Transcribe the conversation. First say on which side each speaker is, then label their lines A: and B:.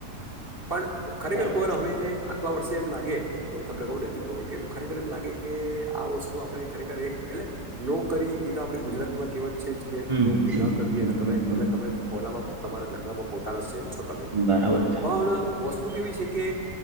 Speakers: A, on the right; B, on the right.
A: પણ ખરેખર
B: બરાબર
A: ખર હવે આટલા વર્ષે એમ લાગે તમને કહું નથી કે ખરેખર એમ લાગે કે આ વસ્તુ આપડે ખરેખર એક એટલે નોકરી એ તો આપડી ગુજરાતીમાં કેવત છે, જ કે
B: હમ
A: નોકરી
B: હમ
A: ના કરવી
B: હમ
A: અને તમે
B: હમ હમ
A: તમે તમે ઓ તમારા ધંધામાં પોતાના છો, તમે
B: બરાબર છે
A: પણ વસ્તુ કેવી છે કે